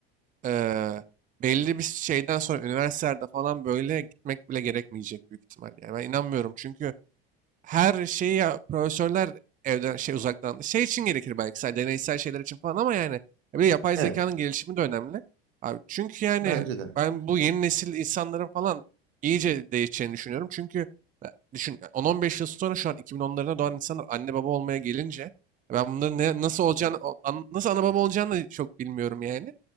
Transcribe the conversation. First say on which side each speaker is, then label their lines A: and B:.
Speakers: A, on the right; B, on the right.
A: Eee, belli bir şeyden sonra üniversitelerde falan böyle gitmek bile gerekmeyecek büyük ihtimalle. Yani ben inanmıyorum çünkü her şeyi ya, profesörler evden şey uzaktan şey için gerekir belki sadece deneysel şeyler için falan ama yani ya bir de yapay
B: evet
A: zekanın gelişimi de önemli. Abi çünkü yani
B: bence de.
A: ben bu yeni nesil insanların falan iyice değişeceğini düşünüyorum. Çünkü ya, düşün ya, 10-15 yıl sonra şu an 2010'larına doğan insanlar anne baba olmaya gelince e, ben bunların ne, nasıl olacağını o- an- nasıl ana baba olacağını da çok bilmiyorum yani.